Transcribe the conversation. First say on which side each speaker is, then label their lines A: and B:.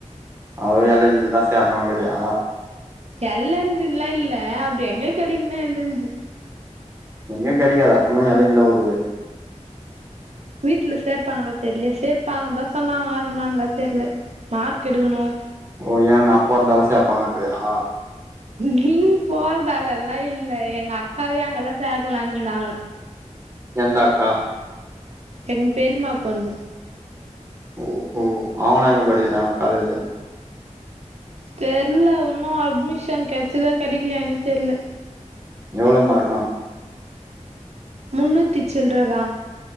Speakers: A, on the right (about 20°); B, on the right (about 60°).
A: அவுக காலேஜில்தா சேர்னுகுறியா
B: எல்லஞ்சுல்லா இல்ல அப்டி எங்க கெடைகுனே எல்லஞ்சி
A: எங்யு கெடைகாது அப்புன்னா எல்லஞ்சிதா வருவே
B: வீட்ல சேப்பாங்களாத் தெர்லியே சேப்பாகன்தா சொன்னாங்க ஆனா என்னான்லாத் தெர்லே மார்க் எடுகுணு
A: ஓ ஏ நாப் போறதால சேப்பாகன்றியா
B: நீப் போறதாலல்லா இல்ல எங்க அக்காவயு அங்கதா சேக்கலானுந்தாங்க
A: எந்த அக்கா
B: எங் பெரிமா பொண்ணு
A: ஓ ஹோ அவங்களா எங்க படிகிறாங்க காலேஜு
B: தெர்ல உன்னு அட்மிஷன் கெட்ச்சதா கெடிக்லியானேத் தெர்ல
A: எவ்ளோ மா இருக்கு
B: முன்னூத்தி சில்றதா